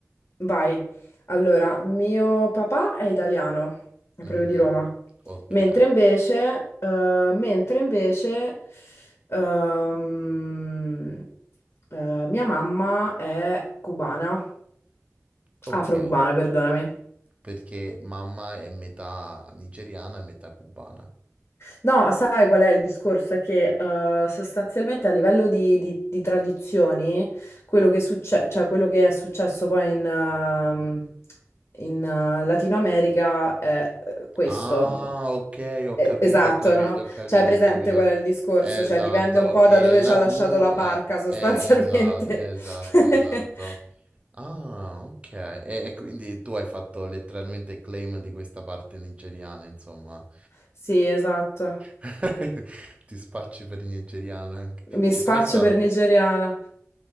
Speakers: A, on the left (about 60°); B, on the right (about 25°).
A: vai. Allora, mio papà è italiano, è
B: Mhm.
A: proprio di Roma.
B: Ok,
A: Mentre invece, eh, mentre invece, ehm, eh, mia mamma è cubana.
B: ok.
A: Afro-cubana, perdonami.
B: Perché mamma è metà nigeriana e metà cubana.
A: No, sai qual è il discorso? È che eh, sostanzialmente a livello di, di- di tradizioni, quello che, succe- cioè, quello che è successo poi in, ehm, in, eh, Latino America è eh, questo.
B: Ah, ok, ho
A: Eh,
B: capito,
A: Esatto,
B: ho capito,
A: no?
B: ho capito,
A: Cioè, è presente
B: ho capito.
A: qual è il discorso?
B: Esatto,
A: Cioè, dipende un po'
B: che
A: da dove
B: la
A: ci ha lasciato
B: Q
A: la barca,
B: è,
A: sostanzialmente.
B: è- esatto, esatto,
A: <laughs>
B: esatto. Ah, ok. E, e quindi tu hai fatto letteralmente il claim di questa parte nigeriana, insomma.
A: Sì, esatto.
B: <laughs> Ti spacci per nigeriana anche.
A: Mi
B: Ci
A: spaccio
B: sei mai stata?
A: per nigeriana.